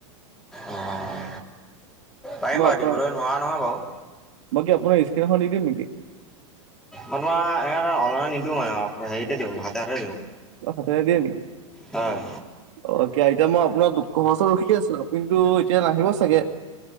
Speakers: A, in the centre; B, on the right (about 70°).
A: অঁ পাৰিম
B: মই
A: বাৰু
B: আপোনাৰ
A: দিবলৈ নোৱাৰা নহয় বাৰু।
B: বাকী আপোনাৰ স্ক্ৰীন এখন নি দিম নেকি
A: মই তোমাৰ এ অনলাইন নিদিওঁ মানে হেৰিতে দিওঁ হাতে হাতে দিওঁ।
B: অ হাতেৰে দিয়ে নেকি
A: হয়
B: অ আতয়া মই আপোনাৰ দু খৰচ ৰখি আছিলো কিন্তু এতিয়া নাহিব চাগে